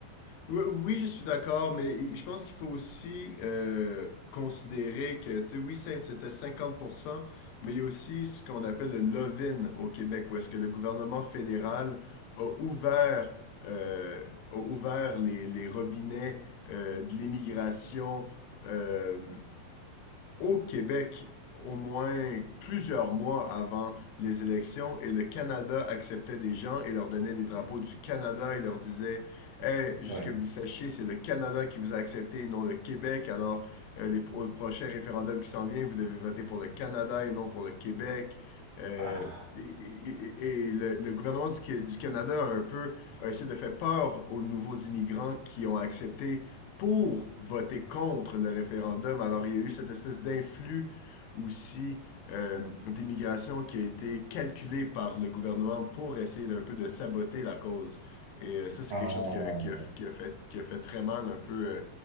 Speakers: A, on the left (about 85°); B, on the right (about 80°).
A: Oui, oui, je suis d'accord, mais je pense qu'il faut aussi euh, considérer que, tu sais, oui, c'est- c'était 50%, mais il y a aussi ce qu'on appelle le love-in au Québec, où est-ce que le gouvernement fédéral a ouvert, euh, a ouvert les, les robinets euh, de l'immigration. euh, au Québec au moins plusieurs mois avant les élections et le Canada acceptait des gens et leur donnait des drapeaux du Canada et leur disait Hey, juste
B: Ouais.
A: que vous sachiez, c'est le Canada qui vous a accepté et non le Québec. Alors, euh, les pro- prochains référendums qui s'en viennent, vous devez voter pour le Canada et non pour le Québec. Euh,
B: Ah,
A: et et- et le, le gouvernement du, Qué- du Canada a un peu a essayé de faire peur aux nouveaux immigrants qui ont accepté pour voter contre le référendum. Alors, il y a eu cette espèce d'influx aussi euh, d'immigration qui a été calculée par le gouvernement pour essayer d'un peu de saboter la cause. Et euh, ça, c'est
B: ah,
A: quelque chose que- qui a, qui a fait, qui a fait très mal un peu, euh,